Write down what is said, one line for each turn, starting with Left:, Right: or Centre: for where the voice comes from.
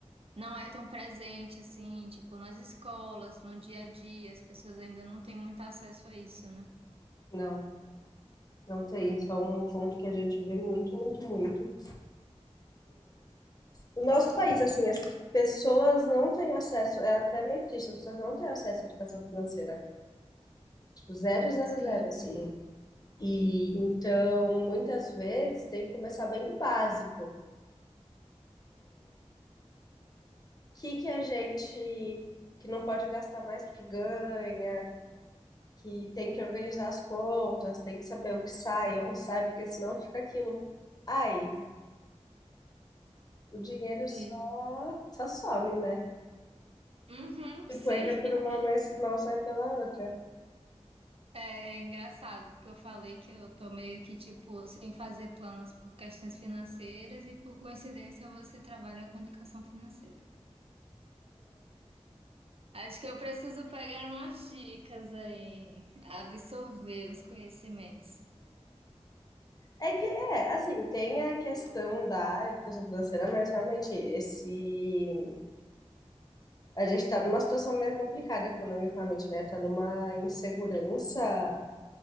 Right: não é tão presente, assim, tipo, nas escolas, no dia a dia, as pessoas ainda não têm muito acesso a isso, né?
Left: Não, não tem. Isso é um ponto que a gente vê muito, muito, muito. No nosso país, assim, as pessoas não têm acesso, é até meio triste, as pessoas não têm acesso à educação financeira. Tipo, zero, zero,
Right: Sim,
Left: zero, assim. E então, muitas vezes, tem que começar bem do básico. O que que a gente que não pode gastar mais do que ganha? que tem que organizar as contas, tem que saber o que sai, onde sai, porque senão fica aquilo. Ai, o dinheiro só,
Right: sim.
Left: só some, né?
Right: Uhum,
Left: Tipo,
Right: sim.
Left: entra por uma
Right: <laughs>
Left: mas não sai pela outra.
Right: É engraçado, porque eu falei que eu tô meio que, tipo, sem fazer planos por questões financeiras e por coincidência você trabalha com educação financeira. Acho que eu preciso pegar umas dicas aí, absorver os conhecimentos.
Left: É que, é, assim, tem a questão da educação financeira, mas realmente esse. A gente tá numa situação meio complicada economicamente, né? Tá numa insegurança,